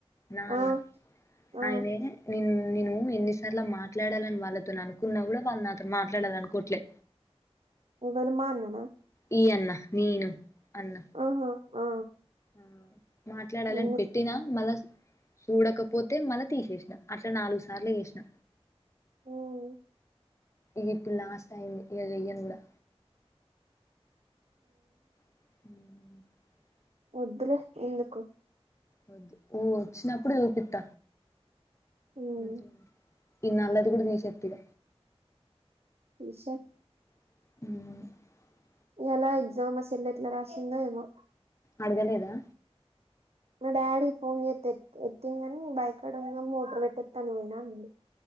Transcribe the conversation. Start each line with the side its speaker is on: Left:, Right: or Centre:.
Left: నా అన్న
Right: ఆ ఆ
Left: ఆయనే నిన్ను నేను ఎన్నిసార్లు మాట్లాడాలని వాళ్ళతో అనుకున్నా కూడా వాళ్ళు నాతోనీ మాట్లాడాలనీ అనుకోట్లే
Right: ఎవలు మా అన్న నా
Left: మీ అన్న నేను అన్న
Right: ఆహా ఆ
Left: ఆ మాట్లాడాలని
Right: ఎందుకు
Left: పెట్టినా మళ్ళా స్ చూడకపోతే మళ్ళా తీసేసిన అట్లా నాలుగు సార్లు చేసిన
Right: ఉమ్
Left: ఇక ఇప్పుడు లాస్ట్ టైమ్ ఇక చేయ్యూను కూడా హ్
Right: వద్దు లే ఎందుకు
Left: వద్దు ఓ ఓచ్చినప్పుడే చూపిత్త
Right: ఉమ్
Left: మంచిగుంది ఈ నల్లటిది కూడా తీషెత్త ఇగ
Right: తీసెయ్
Left: హ్
Right: ఇయల ఎగ్జామ్ మ చెల్లె ఏట్లా రాసందొ ఏమో
Left: అడుగలేదా
Right: మా డాడీ ఫోన్ జెత్తే ఎ ఎత్తిండు గాని బాయి కడ ఉన్నడు మోటర్ పెట్టోత్తా అని పోయినా అన్నాడు